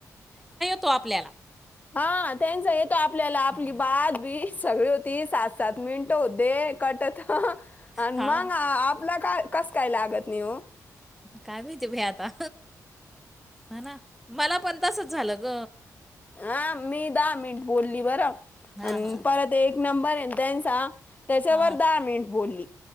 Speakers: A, in the centre; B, on the left (about 25°).
A: तो आपल्याला
B: हा त्यांचा येतो आपल्याला आपली
A: हम्म.
B: बाात बी सगळी होती सात सात मिनटं होते कटत आणि
A: हा
B: मग आपला का कस काय लागत नि हो
A: काय माहिती भई आता ह ना मला पण तसच झालं ग
B: ह मी दहा मिनिट बोलली बरं
A: हा हा
B: परत एक नंबर त्यांचा त्याच्यावर
A: हा
B: दहा मिनिट बोलली